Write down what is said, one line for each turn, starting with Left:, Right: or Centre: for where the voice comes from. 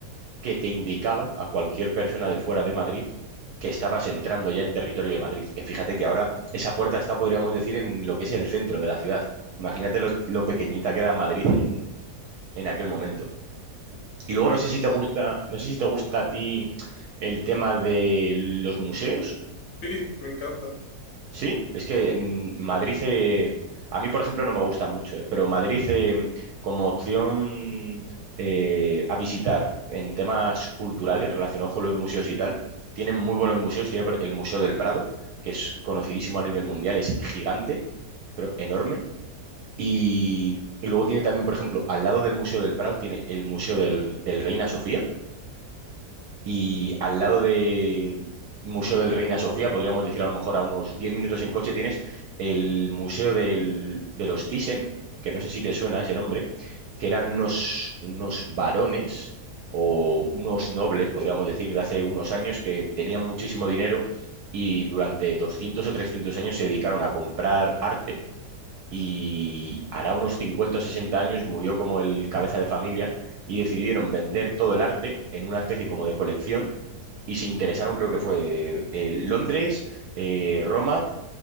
Right: que te indicaba a cualquier persona de fuera de Madrid que estabas entrando ya en territorio de Madrid. Que fíjate que ahora esa puerta está, podríamos decir, en lo que es el centro de la ciudad. Imagínate lo, lo pequeñita que era Madrid en, en aquel momento. Y luego
Left: qué locura.
Right: no sé si te gusta, no sé si te gusta a ti el tema de los museos,
Left: Sí, me encantan.
Right: ¿sí? Es que en Madrid, eh, a mí por ejemplo no me gustan mucho, eh, pero Madrid eh, como opción eh, a visitar en temas culturales relacionados con los museos y tal, tienen muy buenos museos, tiene por- el Museo del Prado, que es conocidísimo a nivel mundial, es gigante, pero enorme, y, y luego tiene también, por ejemplo, al lado del Museo del Prado tiene el Museo del del Reina Sofía y al lado de Museo del Reina Sofía, podríamos decir a lo mejor a unos 10 minutos en coche, tienes el Museo del- de los Thyssen, que no sé si te suena ese nombre, que eran unos, unos varones o unos nobles, podríamos decir, de hace unos años que tenían muchísimo dinero y durante 200 o 300 años se dedicaron a comprar arte. Y hará unos 50 o 60 años murió como el cabeza de familia y decidieron vender todo el arte en una especie como de colección y se interesaron, creo que fue eh, Londres, eh, Roma